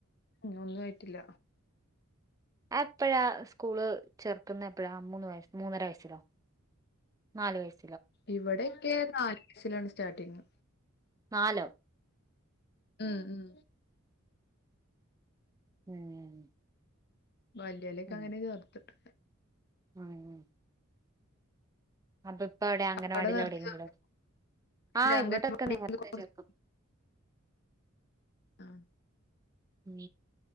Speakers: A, on the left (about 50°); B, on the right (about 15°).
A: ഉം ഒന്നും ആയിട്ടില്ല
B: എപ്പഴാ സ്കൂള് ചേർക്കുന്ന എപ്പോഴാ മൂന്ന് വയ മൂന്നര വയസ്സിലോ നാല് വയസ്
A: ഇവിടൊക്കെ നാല് വയസിലാണ് സ്റ്റാർട്ടിങ്
B: നാലോ
A: ഉം ഉം
B: ഉം
A: വല്യലൊക്കെ
B: ഉം
A: അങ്ങനെ ചേർത്തിട്ട്
B: <unintelligible> അപ്പൊ ഇപ്പ എവിടെ അംഗൻവാടില്
A: അവിടെ നേരത്തെ
B: എവിടെേങ്കിലും
A: ചേർത്തി
B: വി
A: ഇല്ല
B: ആഹ്
A: അംഗൻവാടി
B: ഇവിടെക്കെ നേരുത്തേ
A: കുറച്ച്
B: ചേർക്കും
A: ആഹ്
B: ഉം